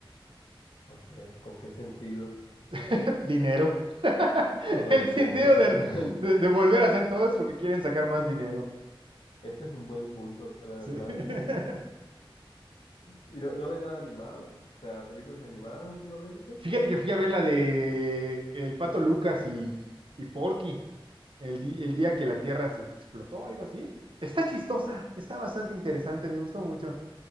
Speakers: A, on the left; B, on the right.
A: o sea, ¿con qué sentido?
B: <laughs> Dinero. <laughs>
A: Buen
B: El
A: punto.
B: sentido de,
A: <laughs>
B: de de volver a hacer todo es porque quieren sacar más dinero.
A: Ese es un buen punto, la verdad.
B: Sí. <laughs>
A: <laughs> ¿Y no, no ves nada animado? O sea, películas animadas últimamente.
B: Fíjate que fui a ver la de El Pato Lucas y, y Porky, el, di- el día que la Tierra se explotó, algo así. Está chistosa, está bastante interesante, me gustó mucho.